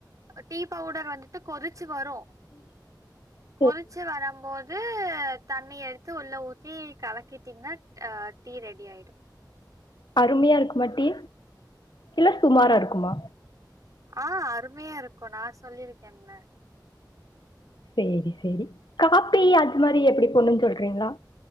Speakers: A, on the right; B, on the left.
A: டீ பவுடர் வந்துட்டு கொதிச்சு வரு
B: <inaudible>
A: கொதிச்சு வரம் போ து தண்ணி எடுத்து உள்ள ஊத்தி கலக்கிட்டீங்கனா அ டீ ரெடி ஆயிடு
B: அருமையா இருக்குமா டீ இல்ல சுமாரா இருக்குமா
A: ஆ அருமையா இருக்கு நா சொல்லியிருக்கேன்ல
B: சேரி சேரி காப்பி அது மாரி எப்டி போடுன்னு சொல்றீங்களா